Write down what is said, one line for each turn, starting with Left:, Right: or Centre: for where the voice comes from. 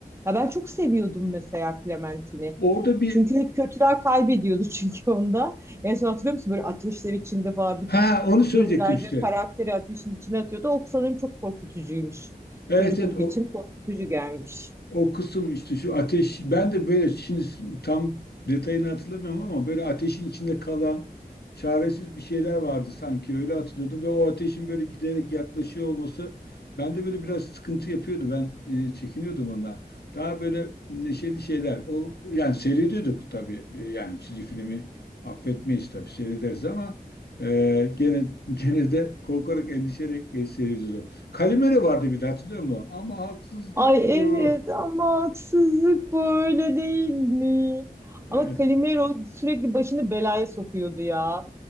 Right: Ya ben çok seviyordum mesela Clementine'i.
Left: Orada bir
Right: Çünkü hep kötüler kaybediyordu <laughs> çünkü onda. En son hatırlıyor musun böyle ateşler içinde falan bütün
Left: ha onu söyleyecektim
Right: gönderdiği
Left: işte.
Right: karakteri ateşin içine atıyordu. O sanırım çok korkutucuymuş.
Left: Evet,
Right: Çocukluk
Left: evet o
Right: için korkutucu gelmiş. <laughs>
Left: O kısım işte şu ateş ben de böyle şimdi tam detayını hatırlamıyorum ama böyle ateşin içinde kalan çaresiz bir şeyler vardı sanki öyle hatırlıyordum ve o ateşin böyle giderek yaklaşıyor olması bende böyle biraz sıkıntı yapıyordu ben e, çekiniyordum ondan. Daha böyle neşeli şeyler o yani seyrediyorduk tabii E, yani çizgi filmi affetmeyiz tabii seyrederiz ama e, gene <laughs> gene de korkarak endişeyle e, seyrediyorduk. Kalimero vardı bir de hatırlıyor musun? Ama haksızlık
Right: Ay
Left: bu.
Right: evet ama haksızlık böyle değil mi?
Left: Evet,
Right: Ama Calimero sürekli başını belaya sokuyordu ya.